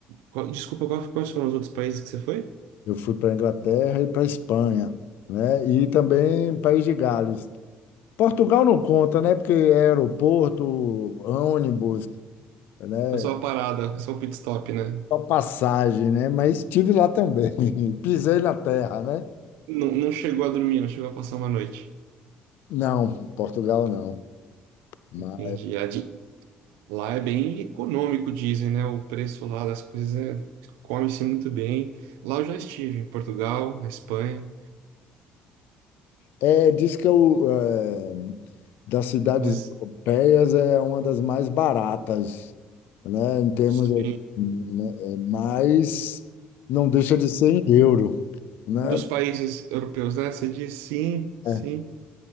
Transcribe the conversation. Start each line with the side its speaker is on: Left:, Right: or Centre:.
Right: qual- desculpa, qual- quais foram os outros países que você foi?
Left: Eu fui para a Inglaterra e para a Espanha, né? E também País de Gales. Portugal não conta, né? Porque é aeroporto, ônibus, né?
Right: Foi só uma parada, só o pit stop, né?
Left: Só passagem, né? Mas estive lá também. <laughs> Pisei na terra, né?
Right: Não, não chegou a dormir, não chegou a passar uma noite.
Left: Não, Portugal não. Mas
Right: Entendi. A de- Lá é bem econômico, dizem, né? O preço lá das coisas é... come-se muito bem. Lá eu já estive, em Portugal, na Espanha,
Left: é, diz que eu, é, das cidades
Right: mas
Left: europeias é uma das mais baratas, né? Em termos,
Right: sim.
Left: né, É, mas não deixa de ser em euro, né?
Right: Dos países europeus, né? Você diz sim, sim.
Left: É.